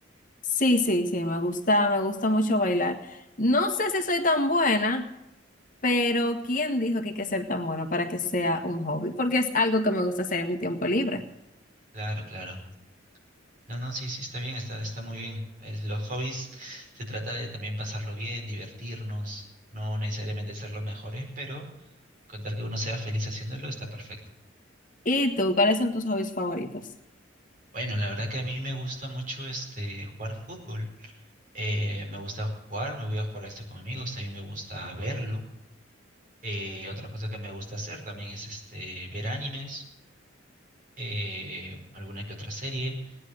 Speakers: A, on the left (about 40°); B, on the right (about 40°).
A: Sí, sí, sí, me gusta, me gusta mucho bailar. No sé si soy tan buena, pero ¿quién dijo que hay que ser tan buena para que sea un hobby? Porque es algo que me gusta hacer en mi tiempo libre.
B: Claro, claro. No, no, sí, sí, está bien, está, está muy bien. Es- los hobbies se trata de también pasarlo bien, divertirnos, no necesariamente ser los mejores, pero con tal que uno sea feliz haciéndolo, está perfecto.
A: ¿Y tú, cuáles son tus hobbies favoritos?
B: Bueno, la verdad que a mí me gusta mucho este jugar fútbol. Eh, me gusta jugar, me voy a jugar esto con amigos, también me gusta verlo. Eh, otra cosa que me gusta hacer también es este ver animes, eh, alguna que otra serie.